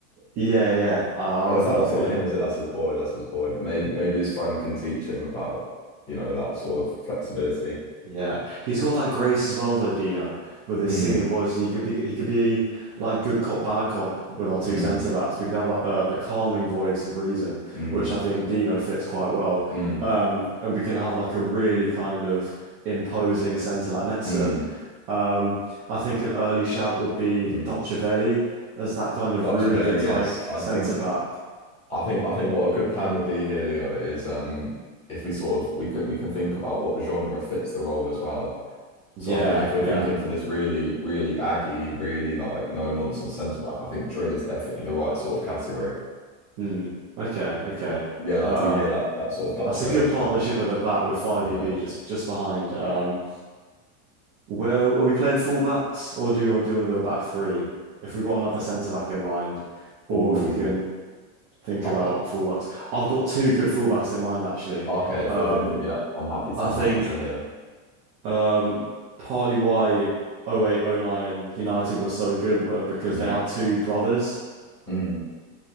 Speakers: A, on the right; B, on the left.
A: yeah, yeah. I, I
B: Oh,
A: remember
B: is that?
A: that
B: That's
A: video.
B: not him, is it? That's his boy. That's his boy. But maybe, maybe his friend can teach him about, you know, that sort of flexibility.
A: Yeah, he's got that grace as well, though, Dino, with his
B: Mm,
A: singing voice. He could be he could be like good cop, bad cop with our two
B: mm.
A: centre backs. We could have like the the calming voice of reason,
B: Mm,
A: which I think Dino fits quite well.
B: mm,
A: Um, and we can have like a really kind of imposing centre back next
B: mm,
A: to him. Um, I think an early shout would be
B: mm.
A: Docciovelli as that kind of
B: Dutchavelli,
A: Rudiger type
B: yes. I
A: centre
B: think
A: back.
B: I think I think what a good plan would be here, Leo, is um if we sort of we can we can think about what genre fits the role as well.
A: Yeah,
B: So I think if we're
A: yeah.
B: thinking for this really, really aggy, really like no nonsense centre back, I think drill is definitely the right sort of category.
A: Hmm. Okay, okay.
B: Yeah, and
A: Uh,
B: I do hear that that sort of
A: That's
B: Dutchavelli
A: a good
B: shout.
A: partnership at the back with five
B: Yeah.
A: EB just just behind. Um, where are we playing fullbacks, or do we want to do want to do a back three? If we've got another centre back in mind, or
B: Ooh.
A: if we can think
B: <sighs>
A: about
B: Ah,
A: fullbacks, I've got two good fullbacks in mind actually.
B: Okay, if
A: Um,
B: we're thinking, yeah, I'm happy to
A: I
B: I'm
A: think
B: happy to hear.
A: um, partly why oh 08, oh 09 United were so good were because
B: Mm,
A: they had two brothers,
B: mm,